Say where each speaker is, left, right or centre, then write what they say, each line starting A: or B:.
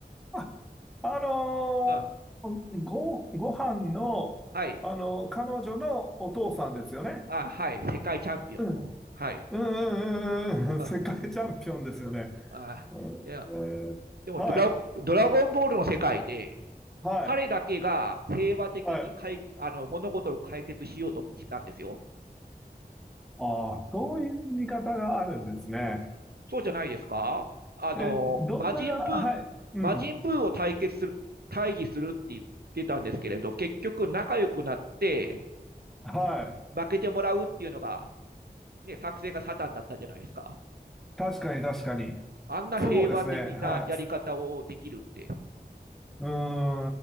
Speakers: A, in the centre; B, on the right.
A: あ、あのーご、
B: うん。
A: ご飯の、
B: はい。
A: あのー彼女のお父さんですよね。
B: あ、はい。世界チャンピオンの。
A: うん。
B: はい。
A: うんうんうんうん。
B: あ、
A: 世界チャンピオンですよね。
B: あ、
A: うんえーはい。
B: いや、でもドラゴ、ドラゴンボールの世界で、
A: はい。
B: 彼だけが平和的にかい、
A: はい。
B: あの、物事を解決しようとしたんですよ。
A: ああ、そういう見方があるんですね。
B: そうじゃないですかあの、
A: え、どんな、
B: 魔人ブー、
A: はい、うん、
B: 魔人ブーを対決する、対峙するって言ってたんですけれど、結局仲良くなって
A: はい。
B: 負けてもらうっていうのが、ね、作戦がサタンだったじゃないですか。
A: 確かに確かに。
B: あんな平和的なやり方をできるって。
A: そうですね、はい。う